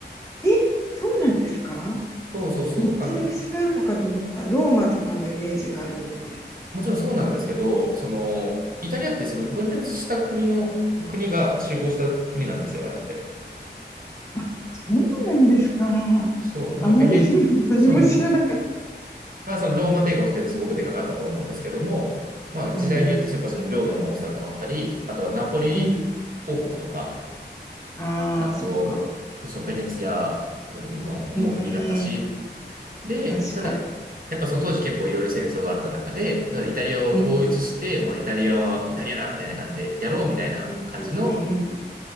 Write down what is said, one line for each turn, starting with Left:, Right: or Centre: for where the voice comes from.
Left: え、そうなんですか
Right: そうそうそう。
Left: めっちゃ歴史があるのかと思った。
Right: あの、
Left: ローマとかのイメージがあるので。
Right: もちろんそうなんですけど、その、イタリアってその分裂した国の、国が集合した国なんですよ、あれって。
Left: あ、そうなんですか。
Right: そう、なんかベネ、
Left: あまり <laughs> 何も知らなかった。
Right: そう、まあそのローマ帝国っていうのはすごくでかかったと思うんですけども、まあ時代によってやっぱその領土の大きさが変わったり、
Left: うんうん。
Right: あとはナポリ王国とか、
Left: うん。ああ、
Right: あと、
Left: そっか。
Right: そのベネツィアのもう国だったし、
Left: うんうん。
Right: で、
Left: 確かに。
Right: ただ、やっぱその当時結構いろいろ戦争があった中で、だからイタリアを統一して、
Left: うん
Right: もうイタリアはイタリアだみたいな感じでやろうみたいな感じの、
Left: うん。